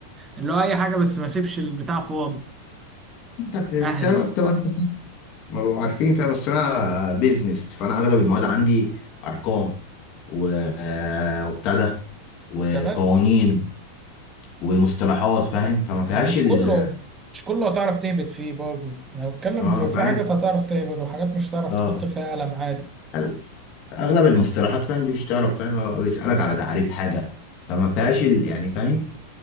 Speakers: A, on the right (about 20°); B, on the left (about 40°).
A: اللي هو اي حاجه بس ما اسيبش البتاع فاضي
B: انت في السبب
A: اهري
B: تبقى انت ما بقوا عارفين فاهم بس انا بيزنس فانا اغلب المواد عندي ارقام و... آه، وبتاع ده وقوانين
A: ثبات
B: ومصطلحات فاهم فما فيهاش
A: ما هو مش
B: ال
A: كله مش كله هتعرف تهبط فيه برضه انا بتكلم
B: اه
A: في,
B: فاهم
A: في حاجات هتعرف تهبط وحاجات مش هتعرف
B: اه
A: تحط فيها قلم عادي
B: ال- اغلب المصطلحات فاهم دي مش تعرف فاهم هو بيسالك على تعريف حاجه فما فيهاش ال... يعني فاهم